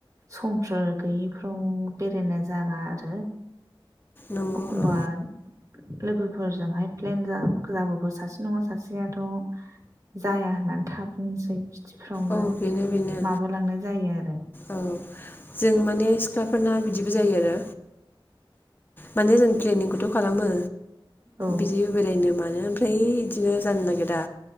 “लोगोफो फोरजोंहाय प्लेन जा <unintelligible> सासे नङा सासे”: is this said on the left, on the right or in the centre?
Right